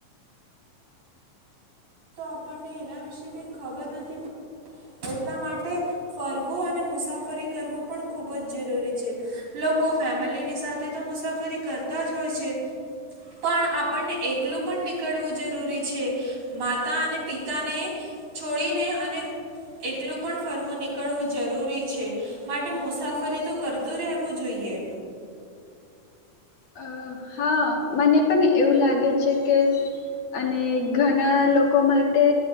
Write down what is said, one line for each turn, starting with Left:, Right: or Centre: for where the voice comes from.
Right: આપણને એના વિશે કઈ ખબર નથી પડતી એટલા માટે ફરવું અને મુસાફરી કરવું પણ ખુબ જ જરૂરી છે લોકો ફેમિલીની સાથે તો મુસાફરી કરતા જ હોય છે પણ આપણને એકલું પણ નીકળવું જરૂરી છે. માતા અને પિતાને છોડીને અને એકલું પણ ફરવું નીકળવું જરૂરી છે માટે મુસાફરી તો કરતું રહેવું જોઈએ.
Left: અ હા મને પણ એવું લાગે છે કે અને ઘણા લોકો માટે